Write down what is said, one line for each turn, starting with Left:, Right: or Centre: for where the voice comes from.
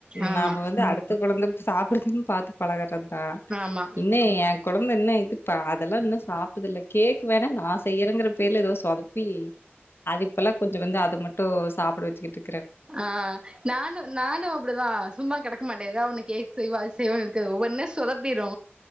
Right: ஆமா
Left: நாம வந்து அடுத்த கொழந்த சாப்புடுதுன் பாத்து பழகறத் த
Right: ஆமா
Left: இன்னு ஏ கொழந்த இன்னு இதுப்ப அதெல்லா இன்னு சாப்ட்டுதில்ல கேக் வேணா நா செய்யறங்கற பேர்ல எதோ சொதப்பி அது இப்பெல்லா கொஞ்ச வந்து அத மட்டு சாப்ட வச்சிக்கிட்டு
Right: ஆஹ் நானு நானு அப்டிதா சும்மா கெடக்க மாட்டே எதா ஒன்னு கேக் செய்வோ அது செய்வோ க்கு ஒவ்வொன்னு சொதப்பிரு